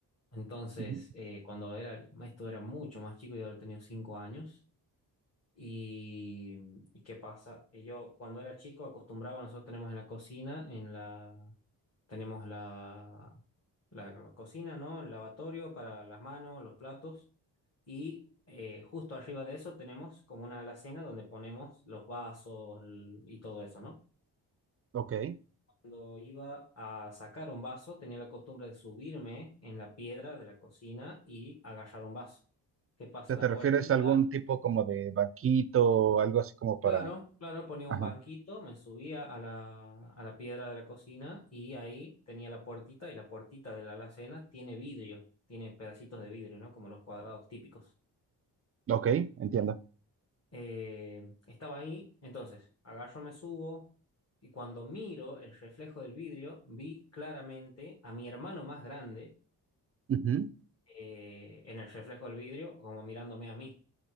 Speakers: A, on the left; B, on the right.
A: Entonces,
B: ujú,
A: eh, cuando era, esto era mucho más chico, yo había tenido cinco años. Y, ¿y qué pasa? Eh, Yo cuando era chico acostumbraba, nosotros tenemos en la cocina, en la, Tenemos la, la, la cocina, ¿no? El lavatorio para las manos, los platos. Y eh, justo arriba de eso tenemos como una alacena donde ponemos los vasos l- y todo eso, ¿no?
B: ok. O
A: Cuando iba a sacar un vaso, tenía la costumbre de subirme en la piedra de la cocina y agarrar un vaso. ¿Qué pasa?
B: sea,
A: La
B: ¿te refieres
A: puertita
B: a algún tipo como de banquito o algo así como para...
A: Claro, claro, ponía
B: Ajá,
A: un banquito, me subía a la, a la piedra de la cocina y ahí tenía la puertita y la puertita de la alacena tiene vidrio, tiene pedacitos de vidrio, ¿no? Como los cuadrados típicos.
B: ok, entiendo.
A: Eh, estaba ahí, entonces agarro, me subo y cuando miro el reflejo del vidrio, vi claramente a mi hermano más grande
B: Ujú,
A: eh, en el reflejo del vidrio, como mirándome a mí.